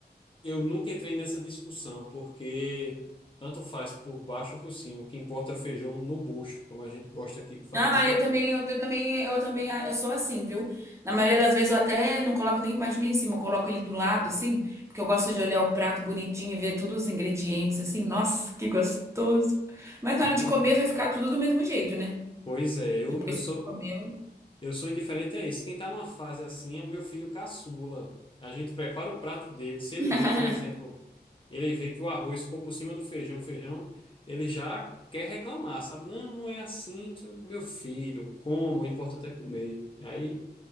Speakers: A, on the left; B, on the right.
A: eu nunca entrei nessa discussão, porque tanto faz por baixo ou por cima. O que importa é o feijão no bucho, como a gente gosta aqui de falar,
B: Ah,
A: sabe?
B: eu também, eu, eu também, eu também, ah, eu sou assim, viu? Na maioria das vezes eu até não coloco nem embaixo nem em cima, eu coloco ele do lado, assim, porque eu gosto de olhar o prato bonitinho e ver todos os ingredientes, assim, nossa, que gostoso. Mas na
A: <laughs>
B: hora de comer vai ficar tudo do mesmo jeito, né?
A: Pois é, eu,
B: Depois
A: eu sou.
B: que comeu.
A: Eu sou indiferente a isso. Quem está numa fase assim é o meu filho caçula. A gente prepara o prato dele. Se
B: <laughs>
A: ele vê, por exemplo, ele vê que o arroz ficou por cima do feijão, feijão, ele já quer reclamar, sabe? Não, não é assim, não sei o quê. meu filho, como, o importante é comer. Aí